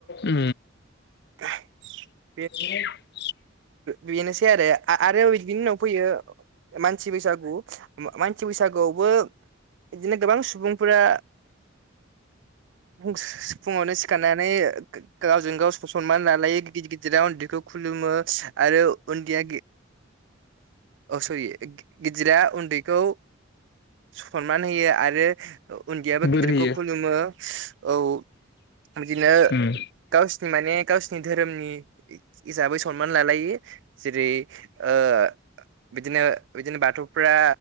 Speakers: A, on the left; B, on the right.
A: उ
B: <inaudible> <unintelligible>
A: ए <inaudible>
B: बेनोसै आरो आरो बिनि उनाव फैयो मानसि बैसागु मानसि बैसागुआवबो बिदिनो गोबां सुबुंफोरा बुं <inaudible> <unintelligible> फुङावनो सिखारनानै गावजों गाव सनमान लालायो गिदिर गिदिराव उन्दैखौ खुलुमो आरो उन्दैया अ सर गिजिर उन्दैखौ सनमान होयो आरो उन्दैयाबो
A: बोर
B: गिदिरखौ
A: होयो
B: खुलुमो औ बिदिनो
A: उम
B: गाव माने गावसिनि धोरोमनि हिसाबै सनमान लालायो जेरै ओ बिदिनो- बिदिनो बाथौ फ्रा